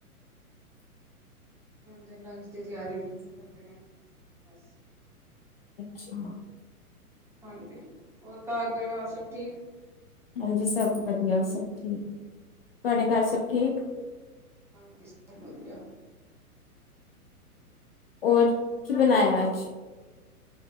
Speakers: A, in the centre; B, on the left.
A: ਤੇ ਲੰਚ ਦੀ ਤਿਆਰੀ ਕਰ ਰਹੇ ਆ ਬਸ
B: ਅੱਛਾ
A: ਹਾਂਜੀ ਹੋਰ ਘਰ ਪਰਿਵਾਰ ਸਭ ਠੀਕ
B: ਹਾਂਜੀ ਸਭ ਵਧੀਆ ਸਭ ਠੀਕ ਤੁਹਾਡੇ ਘਰ ਸਭ ਠੀਕ
A: ਹਾਂਜੀ ਸਭ ਵਧੀਆ
B: ਔਰ, ਕੀ ਬਣਾਇਆ ਅਜ?